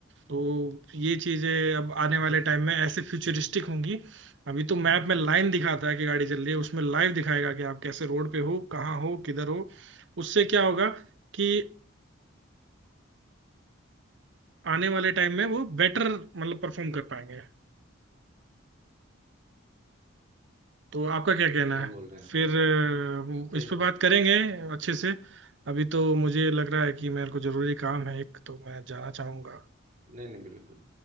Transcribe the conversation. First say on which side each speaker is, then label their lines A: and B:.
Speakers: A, on the right; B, on the right.
A: तो ये चीजें अब आने वाले टाइम में ऐसे फ्यूचरिस्टिक होंगी अभी तो मैप में लाइन दिखाता है कि गाड़ी चल रही है उसमें लाइव दिखाएगा कि आप कैसे रोड पे हो कहाँ हो किधर हो उससे क्या होगा कि आने वाले टाइम में वो बेटर मतलब परफॉर्म कर पाएंगे तो आपका क्या कहना
B: सही
A: है
B: बोल रहे हैं आप
A: फिर
B: सही
A: अ, इस पे
B: बोल
A: बात करेंगे अच्छे से अभी तो मुझे लग रहा है कि मेरे को जरूरी काम है एक तो मैं जाना चाहूंगा
B: नहीं नहीं बिल्कुल